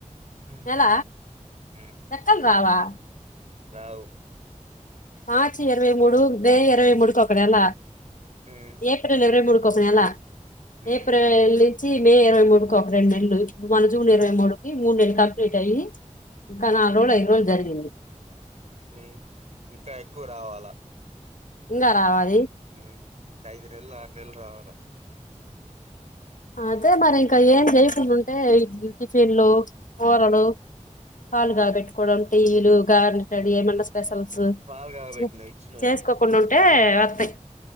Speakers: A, on the right (about 60°); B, on the left (about 85°).
A: ఉమ్
B: నెల
A: ఉమ్
B: లెక్కలు రావా
A: రావు
B: మార్చ్ ఇరవై మూడు మే ఇరవై మూడు క నెల
A: ఉమ్
B: ఏప్రిల్ ఇరవై మూడు వస్తే నెల
A: ఉమ్
B: ఏప్రిల్ వచ్చి మే ఇరవై మూడుకి ఒక రెండు నెలలు ఇప్పుడు మన జూన్ ఇరవై మూడుకి మూడుెలలు కంప్లీట్ అయ్యి ఇంకా నాలుగు రోజులు ఐదు రోజులు జరిగింది
A: మ్ ఇంకా ఎక్కువ రావాలా
B: ఇంక రావాలి
A: హ ఐదునేెళ్లు ఆరునేెళ్లు రావాల
B: అయితే మరి ఇంకా ఏం చేయకుడాంటే టిఫిన్లు కూరలు పాలుగాబెట్టుకోవడం టీలు గరెలు ఇట్లాంటివి ఏమన్నా స స్పెషల్స్
A: పాలు కాగబెట్టినవు
B: చే
A: ఇచ్చినవు
B: చేసుకోకుండా ఉంటే వస్తాయి